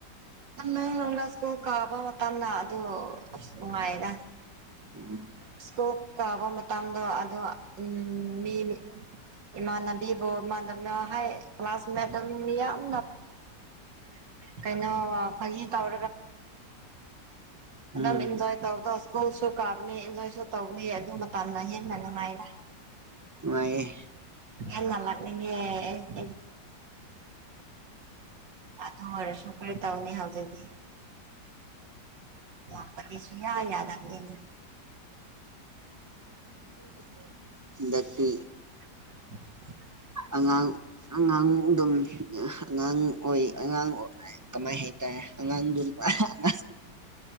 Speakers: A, on the right; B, on the right.
A: ꯅꯪꯒ ꯁ꯭ꯀꯨꯜ ꯀꯥꯕ ꯃꯇꯝꯗ ꯑꯗꯨ ꯑꯁ ꯅꯨꯡꯉꯥꯏꯗ
B: ꯎꯝ
A: ꯏꯁꯀꯣꯞ ꯀꯥꯕ ꯃꯇꯝꯗꯣ ꯑꯗꯣ ꯎꯝ ꯃꯤ ꯏꯃꯥꯟꯅꯕꯤꯕꯨ ꯃꯥꯗꯧꯅ ꯍꯥꯏ ꯀ꯭ꯂꯥꯁꯃꯦꯠꯇꯧꯅ ꯃꯤꯌꯥꯝ <unintelligible> ꯀꯩꯅꯣ ꯐꯥꯒꯤ ꯇꯧ
B: ꯎꯝ
A: <unintelligible> ꯇꯧꯕꯗꫭ ꯏꯁ꯭ꯀꯨꯜꯁꯨ ꯀꯥꯕꯅꯤ ꯏꯟꯖꯣꯏꯁꯨ ꯇꯧꯕꯅꯤ ꯑꯗꯨ ꯃꯇꯝꯅ ꯍꯦꯟꯅ ꯅꯨꯡꯉꯥꯏꯔꯦ
B: ꯅꯨꯡꯉꯥꯏꯌꯦ
A: ꯌꯥꯝꯅ ꯂꯥꯛꯅꯤꯡꯉꯦ ꯑꯩ ꯑꯩꯗꯤ ꯑꯗꯨ ꯑꫭꯏꯔꯁꯨ ꯈꯔ ꯇꯥꯎꯅꯤ ꯍꯧꯖꯤꯛꯇꯤ ꯂꯄꯗꯤꯁꯨ ꯌꯥ ꯌꯥꯗ ꯑꯗꯅꯤ
B: <inaudible> ꯍꯟꯗꯛꯇꯤ
A: <inaudible>
B: ꯑꯉꯥꯡ ꯑꯉꯥꯡ ꯑꯗꯨꯝ ꯑꯉꯥꯡ ꯑꯣꯏ ꯑꯉꯥꯡ ꯀꯃꯥꯏ ꯍꯥꯏꯇꯥꯔꯦ ꯑꯉꯥꯡꯗꯣ ꯑꯉꯥꯡ